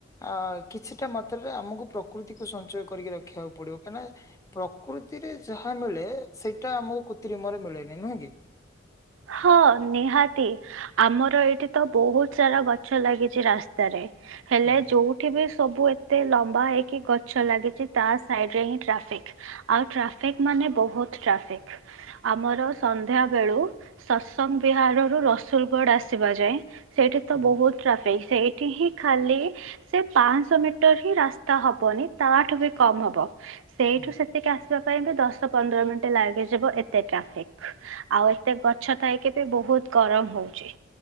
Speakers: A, on the left; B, on the right.
A: ଆ କିଛିଟା ମାତ୍ରାରେ ଆମକୁ ପ୍ରକୃତିକୁ ସଞ୍ଚୟ କରିକି ରଖିବାକୁ ପଡିବ କାହିଁକିନା ପ୍ରକୃତିରେ ଯାହା ମିଳେ ସେଇଟା ଆମକୁ କୃତ୍ରିମରେ ମିଳେନି ନୁହେଁ କି?
B: ହଁ ନିହାତି ଆମର ଏଇଠି ତ ବହୁତ ସାରା ଗଛ ଲାଗିଛି ରାସ୍ତାରେ ହେଲେ
A: ହୁଁ
B: ଯୋଉଠି ବି ସବୁ ଏତେ ଲମ୍ବା ହେଇକି ଗଛ ଲାଗିଛି, ତା ସାଇଡରେ ଟ୍ରାଫିକ ଆଉ ଟ୍ରାଫିକ ମାନେ ବହୁତ ଟ୍ରାିକ ଆମର ସନ୍ଧ୍ୟା ବେଳୁ ସସଙ୍ଗ ବିହାରରୁ ର ସଲଗଡ ଆସିବା ଯାଏ। ସେଇଠି ତ
A: ହୁଁ
B: ବହୁତ ଟ୍ରାଫିକ୍ ସେଇଠି ହିଁ ଖାଲି ସେ ପାଞ୍ଚଶହ ମିଟର ହିଁ ରାସ୍ତା ହେବନି ତାଠୁ ବି କମ ହେବ ସେଇଠୁ
A: ହୁଁ ହୁଁ
B: ସେତିକି ଆସ ପାଇଁ ଦଶ ପନ୍ଦର ମିନିଟ ଲାଗିଯିବ ଏତେ ଟ୍ରାଫିକ ଆଉ ଏତେ ଗଛଥାଏ କେବେ ବହୁତ ଗରମ ହଉଛି।